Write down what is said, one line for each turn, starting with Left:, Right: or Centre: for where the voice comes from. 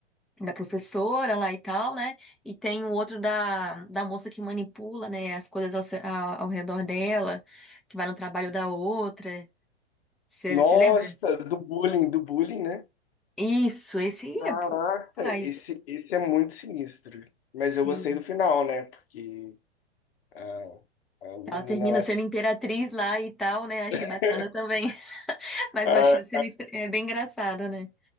Centre: da professora lá e tal, né? E tem o outro da, da moça que manipula, né? As coisas ao, se- ao, ao redor dela, que vai no trabalho da outra. Você
Left: Nossa,
Centre: lembra?
Left: do bullying, do bullying, né?
Centre: Isso, esse aí
Left: Caraca,
Centre: é. Mas
Left: esse, esse é muito sinistro. Mas
Centre: Sim.
Left: eu gostei do final, né? Porque a, a menina
Centre: Ela termina
Left: lá,
Centre: sendo imperatriz lá e tal, né? Achei
Left: <laughs>
Centre: bacana também. <laughs> Mas
Left: a,
Centre: eu achei a cena estra- é bem engraçada, né?